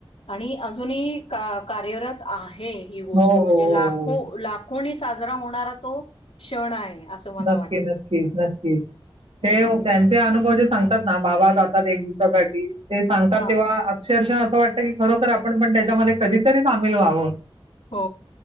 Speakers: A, on the left; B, on the right.
A: आणि अजूनही कार्यरत आहे. हे ही गोष्ट
B: हो, हो,
A: म्हणजे
B: हो,
A: लाखो
B: हो.
A: लाखो साजरा होणारा तो क्षण आहे. असं मला
B: नक्की
A: वाटतं.
B: नक्की नक्की
A: हम्म
B: ते त्यांचे अनुभव जे सांग. ना बाबा जातात एक दिवसासाठीठी ते सांगतात
A: हा
B: तेव्हा शर्षा असं वाटतं की खरोखर आपण पण त्याच्यामध्ये कधीतरी सामील व्हावं.
A: हो